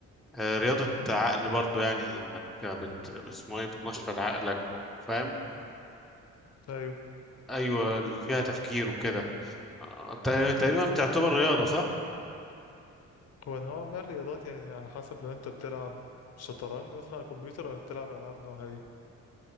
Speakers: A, in the centre; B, on the left.
A: آه رياضة عقل برضو يعني انك بت... اسمه ايه بتنشط عقلك فاهم
B: ايوه
A: ايوه اللي فيها تفكير وكده آه، تق- تقريبا تعتبر رياضه صح
B: هو أنا- هو ما الرياضات يعني على حسب لو انت بتلعب شطرنج مثلا على الكمبيوتر ولا بتلعب العاب نوعها ايه